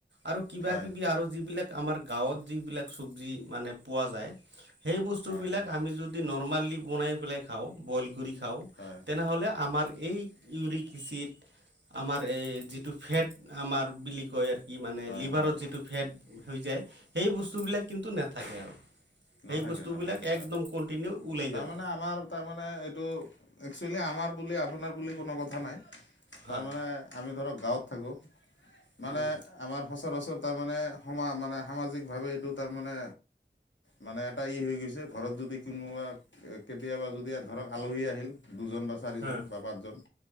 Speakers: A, on the right (about 75°); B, on the left (about 85°).
A: আৰু কিবা
B: হয়
A: কিবি আৰু যিবিলাক আমাৰ গাঁৱত যিবিলাক চবজি মানে পোৱা যায়। সেই বস্তু
B: হয়
A: বিলাক। অ, যদি নৰ্মেলি বনাই পালে খাওঁ। বইল কৰি খাওঁ,
B: হয়
A: তেনেহলে আমাৰ। এই ইউৰিক এচিত, আমাৰ এই যিটো ফেট আমাৰ বুলি কয় আৰু। কি, মানে
B: হয়
A: লিভাৰত
B: হয়
A: যিটো ফেট হৈ যায় সেই বস্তুবিলাক কিন্তু নাথাকে আৰু। সেই
B: নাথাকে
A: বস্তুবিলাক
B: নাথাকে।
A: একদম কণ্টিনিউ ওলাই
B: তাৰ
A: যাব
B: মানে আমাৰ তাৰ মানে, এইটো একচইলি আমাৰ। বুলি আপোনাৰ বুলি কোনো কথা নাই,
A: হয়
B: তাৰমানে আমি ধৰক গাঁৱত থাকো।
A: উম
B: মানে আমাৰ সচৰাচৰ। তাৰ মানে সমা মানে সামাজিক ভাৱে এইটো তাৰ মানে। মানে এটা ই হৈ গৈছে ঘৰত যদি কোনোবা কেতিয়াবা যদি ধৰক আলহী আহিল। দুজন বা চাৰিজন
A: হয়
B: বা পাঁচজন।